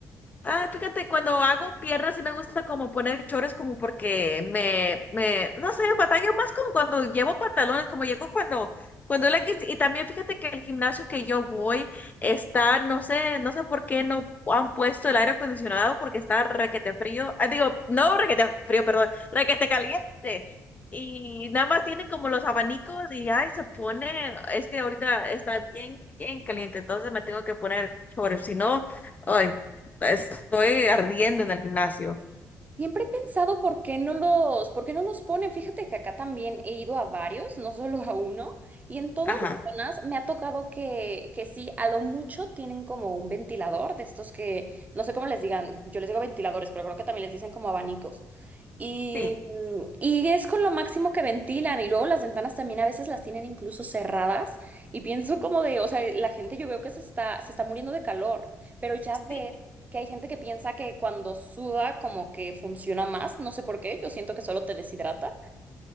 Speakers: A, on the left; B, on the right.
A: Ah, fíjate, cuando hago piernas sí me gusta como poner chores como porque me, me, no sé, batallo más como cuando llevo pantalones, como llego cuando, cuando la quince- y también fíjate que el gimnasio que yo voy está, no sé, no sé por qué no han puesto el aire acondicionado porque está requete frío, ah, digo, no requete frío, perdón, requete caliente. Y nada más tienen como los abanicos y ay, se pone, es que ahorita está bien, bien caliente, entonces me tengo que poner chores, si no, ay. Estoy ardiendo en el gimnasio.
B: Siempre he pensado por qué no los, por qué no los ponen. Fíjate que acá también he ido a varios, no solo a uno, y en todas
A: Ajá,
B: las zonas me ha tocado que, que sí, a lo mucho tienen como un ventilador de estos que, no sé cómo les digan, yo les digo ventiladores, pero creo que también les dicen como abanicos. Y,
A: sí.
B: mm, y es con lo máximo que ventilan, y luego las ventanas también a veces las tienen incluso cerradas, y pienso como de, o sea, la gente yo veo que se está, se está muriendo de calor, pero ya
A: Sí,
B: ves que hay gente que piensa que cuando suda como que funciona más, no sé por qué, yo siento que solo te deshidrata.